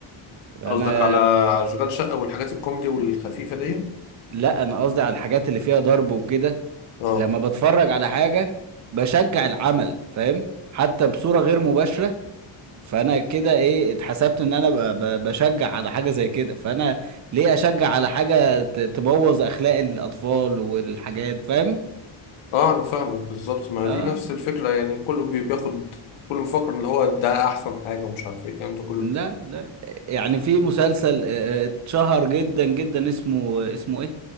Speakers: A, on the right (about 40°); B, on the left (about 70°).
A: انا
B: قصدك على اشغال شقة والحاجات الكوميدي والخفيفة دي
A: لا انا قصدي على الحاجات اللي فيها ضرب وكده
B: اه
A: لما بتفرج على حاجة بشجع العمل فاهم حتى بصورة غير مباشرة فانا كده ايه اتحسبت ان انا ب- ب- بشجع على حاجة زي كده فانا ليه اشجع على حاجة ت- تبوظ اخلاق الاطفال والحاجات فاهم
B: اه انا فاهمك بالظبط ما
A: اه
B: دي نفس الفكرة يعني كله بي- بياخد كله مفكر ان هو ده احسن حاجة ومش عارف ايه الكلام ده كله
A: لا لا يعني في مسلسل آه، اتشهر جدا جدا اسمه اسمه ايه